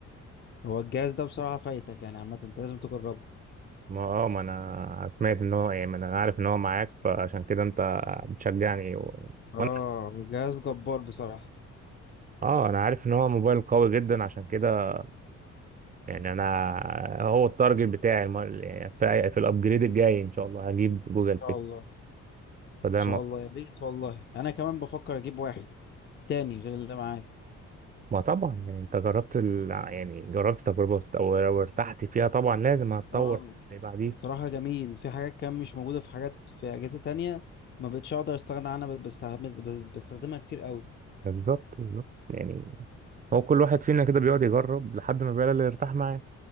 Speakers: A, on the left; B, on the right.
A: هو الجهاز ده بصراحه فايتك يعني عامه انت لازم تجربه
B: ما اه ما انا سمعت ان هو يعني ما انا عارف ان هو معاك فعشان كده انت بتشجعني و...
A: اه
B: وانا
A: هو جهاز جبار بصراحه
B: اه انا عارف ان هو موبايل قوي جدا عشان كده يعني انا هو التارجت بتاعي الم- يعني في في الابجريد الجاي ان شاء الله هجيب جوجل بيك
A: ان شاء الله ان
B: فده
A: شاء
B: ما,
A: الله يا ريت والله انا كمان بفكر اجيب واحد تاني غير اللي معايا
B: ما طبعا يعني انت جربت ال... يعني جربت تجربة وست- او لو ارتحت فيها طبعا لازم هتطور
A: اه
B: اللي بعديه
A: بصراحه جميل في حاجات كان مش موجوده في حاجات في اجهزه تانية ما بقتش اقدر استغنى عنها بقيت بستعمل- بس- بستخدمها كتير قوي
B: بالظبط بالظبط يعني هو كل واحد فينا كده بيقعد يجرب لحد ما بيلاقي اللي يرتاح معاه